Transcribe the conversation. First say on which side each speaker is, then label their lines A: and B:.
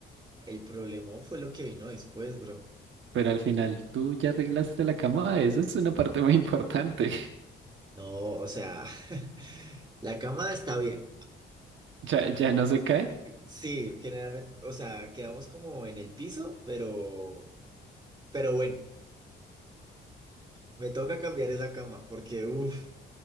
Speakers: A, on the right; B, on the right.
A: el problema fue lo que vino después, bro.
B: Pero al final tú ya arreglaste la cama, eso es una parte muy importante.
A: No, o sea, <laughs> la cama está bien.
B: <laughs> ¿Ya, ya no se cae?
A: Sí, generalmente, o sea, quedamos como en el piso, pero, pero bueno, me toca cambiar esa cama porque, uff,